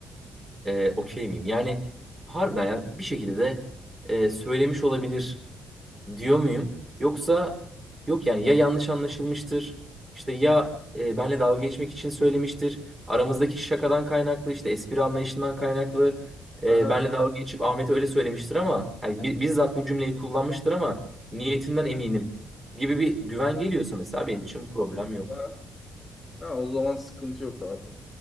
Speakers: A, on the right; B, on the left.
A: e, okey miyim? Yani harbiden ya bir şekilde de e, söylemiş olabilir diyor muyum? Yoksa yok yani ya yanlış anlaşılmıştır işte ya e, benle dalga geçmek için söylemiştir. Aramızdaki şakadan kaynaklı işte espri anlayışından kaynaklı e,
B: Aha.
A: benle dalga geçip Ahmet'e öyle söylemiştir ama yani bi- bizzat bu cümleyi kullanmıştır ama niyetinden eminim gibi bir güven geliyorsa mesela benim için problem yok.
B: Aha. Ha, o zaman sıkıntı yok abi.